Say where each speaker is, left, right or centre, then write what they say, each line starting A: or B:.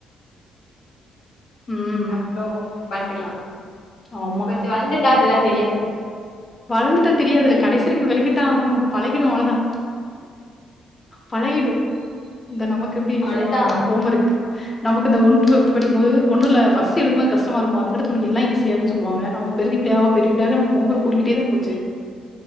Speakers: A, on the left (about 25°); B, on the left (about 75°).
A: ம்
B: அப்றோ பாத்துக்லா
A: ஆமா
B: கொஞ்ச வளந்துட்டா அதெல்லா தெரியாதுல
A: வளந்துட்டா தெரியாதுல்ல கடைசி வரைக்கு விலகிதா ஆகணு பழகிடு அவ்ளோதா பழகிடு இந்த நமக்கு எப்டி
B: அவ்ளோதா
A: சொல்லுவாங்கள இந்த ஹோம் ஒர்க்கு நமக்கு இந்த ஒண் ஃப்த் படிக்கும் போது ஒண்ணுல்ல ஃபஸ்ட் எழுதும் போது கஷ்டமா இருக்கு அதுக்கடுத்து உனக்கு எல்லா ஈசியாரு சொல்லுவாங்க நமக்கு பெரிய பிள்ளையா ஆவ பெரிய பிள்ளையா ஆக <unintelligible> ஹோமர்க் கூடிக்கிட்டே தா போச்சு